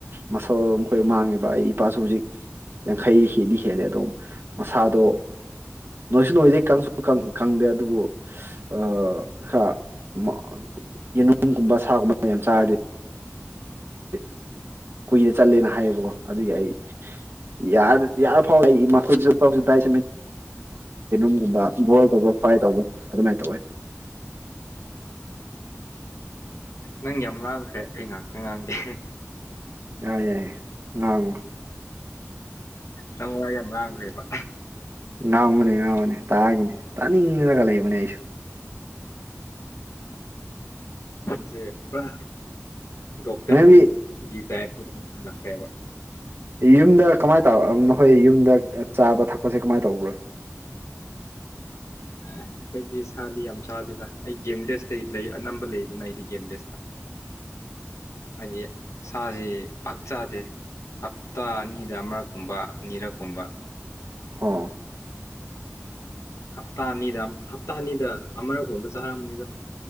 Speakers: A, on the right (about 50°); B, on the left (about 80°).
A: ꯃꯁꯜ ꯃꯥꯈꯣꯏ ꯃꯥꯡꯉꯦꯕ ꯑꯩ ꯏꯄꯥꯁꯨ ꯍꯧꯖꯤꯛ ꯌꯥꯡꯈꯩ ꯍꯤꯗꯤ ꯈꯦꯂꯦ ꯑꯗꯣꯝ ꯃꯁꯥꯗꯣ ꯅꯣꯏꯁꯨ ꯅꯣꯏꯗꯦ ꯀꯪꯁꯨ ꯀꯪ ꯀꯪꯗꯦ ꯑꯗꯨꯕꯨ ꯑ ꯈꯔꯥ ꯃꯥ ꯌꯦꯟꯅꯨꯡꯒꯨꯝꯕ ꯁꯥꯒꯨꯝꯕ ꯌꯥꯝ ꯆꯥꯔꯗꯤ <unintelligible> ꯀꯨꯏꯅ ꯆꯠꯂꯦꯅ ꯍꯥꯏꯌꯦꯕꯀꯣ ꯑꯗꯨꯒꯤ ꯑꯩ ꯌꯥꯔ ꯗꯤ ꯌꯥꯔ ꯐꯥꯎ ꯑꯩ ꯢꯃꯥ ꯈꯣꯏ ꯆꯠꯐꯧꯁꯨ ꯇꯥꯢ <unintelligible> ꯕ ꯕꯣꯜ ꯇꯧꯕ ꯐ꯭ꯔꯥꯢ ꯇꯧꯕ ꯑꯗꯨꯃꯥꯏ ꯇꯧꯋꯦ <inaudible>
B: ꯅꯪ ꯌꯥꯝ ꯉꯥꯡꯈ꯭ꯔꯦ ꯑꯩ ꯉꯥꯡ ꯉꯥꯡꯒꯦ
A: ꯌꯥꯏ ꯌꯥꯏ ꯉꯥꯡꯉꯣ
B: ꯅꯪ ꯋꯥ ꯌꯥꯝ ꯉꯥꯡꯈ꯭ꯔꯦꯕ
A: ꯉꯥꯡꯉꯣꯅꯦ ꯉꯥꯡꯉꯣꯅꯦ ꯇꯥꯒꯦꯅꯦ ꯇꯥꯅꯤꯡꯔꯒ ꯂꯩꯕꯅꯦ ꯑꯩꯁꯨ
B: ꯅꯪꯁꯦ ꯄ꯭ꯔ ꯗꯣꯛꯇꯔ
A: ꯅꯪꯗꯤ
B: ꯒꯤ ꯇꯥꯢꯞ ꯎꯝ ꯂꯥꯛꯑꯦꯕ
A: ꯌꯨꯝꯗ ꯀꯃꯥꯏ ꯇꯧ ꯅꯈꯣꯏ ꯌꯨꯝꯗ ꯆꯥꯕ ꯊꯛꯄꯁꯦ ꯀꯃꯥꯏꯅ ꯇꯧꯕ꯭ꯔꯥ
B: ꯑꯦ ꯑꯩꯈꯣꯏꯗꯤ ꯁꯥꯗꯤ ꯌꯥꯝ ꯆꯥꯗꯦꯗ ꯑꯩ ꯒꯦꯝꯕꯤꯂꯦꯁꯇꯩ ꯂꯩ ꯑꯅꯝꯕ ꯂꯩꯗꯅ ꯑꯩꯗꯤ ꯒꯦꯝꯕꯤꯂꯦꯁꯇ ꯍꯥꯏꯗꯤ ꯁꯥꯁꯤ ꯄꯥꯛ ꯆꯥꯗꯦ ꯍꯞꯇꯥ ꯑꯅꯤꯗ ꯑꯃꯔꯛ ꯨꯒꯨꯝꯕ ꯑꯅꯤꯔꯛꯀꯨꯝꯕ
A: ꯍꯥ
B: ꯍꯞꯇꯥ ꯑꯅꯤꯗ ꯍꯞꯇꯥ ꯑꯅꯤꯗ ꯑꯃꯔꯛꯒꯨꯝꯕ ꯆꯥꯔꯝꯕꯅꯤꯗꯥ